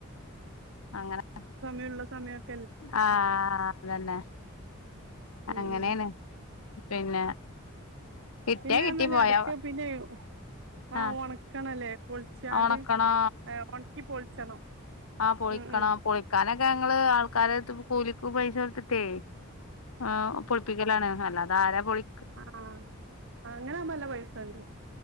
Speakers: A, on the left; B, on the right.
A: അങ്ങനെ
B: ഉള്ള സമയമൊക്കെ
A: ആ അതന്നെ
B: ഉം
A: അങ്ങനെതന്നെ
B: ഉം
A: പിന്നെ കിട്ടിയാ
B: പിന്നെയില്ലെ
A: കിട്ടി പോയാ
B: അടക്ക പിന്നെ ആ
A: ആഹ്
B: ഉണക്കണമല്ലേ പൊളിച്ചുക്കൊണ്ട്
A: ഒണക്കണോ
B: ഉണക്കി പൊളിച്ചണം
A: ആ പൊളിക്കണം
B: ഉം ഉം
A: പൊളിക്കുവാനൊക്കെ ഞങ്ങൾ ആൾക്കാരെ കൂലിക്ക് പൈസ കൊടുത്തിട്ടേ ് പൊളിപ്പിക്കലാണ് അല്ലാതെ ആരാ പൊളി
B: ആ അങ്ങനെയാവുമ്പോൾ നല്ല പൈസയുണ്ട്.